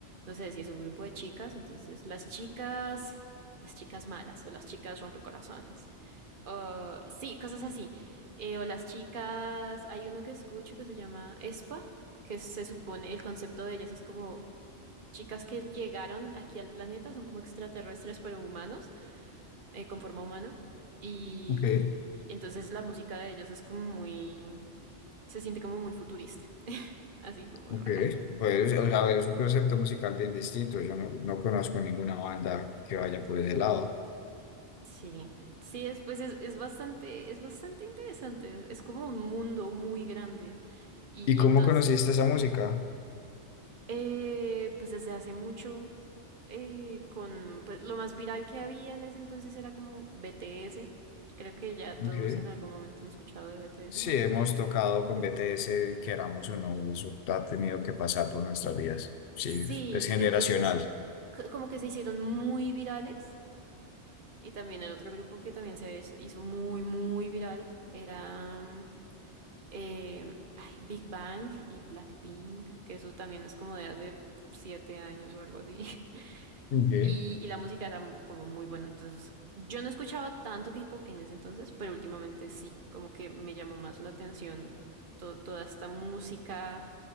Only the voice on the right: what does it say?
no sé si es un grupo de chicas, entonces las chicas, las chicas malas o las chicas rompecorazones o, sí, cosas así. Eh, o las chicas, hay uno que escucho que se llama ESPA, que se supone, el concepto de ellas es como chicas que llegaron aquí al planeta, son como extraterrestres, pero humanos, eh, con forma humana. Y
entonces la música de ellas es como muy, se siente como muy futurista, así como
rara.
Sí, sí, es, pues es, es bastante, es bastante interesante, es como un mundo muy grande. Y
entonces...
Eh, pues desde hace mucho, eh, con pues lo más viral que había en ese entonces era como BTS. Creo que ya todos
en algún momento han escuchado de BTS.
<laughs>
Sí,
entonces co- como que se hicieron muy virales. Y también el otro grupo que también se hizo hizo muy, muy viral era mm, eh, ay, Big Bang y Blackpink, que eso también es como de hace siete años o algo así. <laughs>
Y, y la música era m- como muy buena. Entonces, yo no escuchaba tanto K-pop en ese entonces, pero últimamente sí, como que me llamó más la atención to- toda esta música,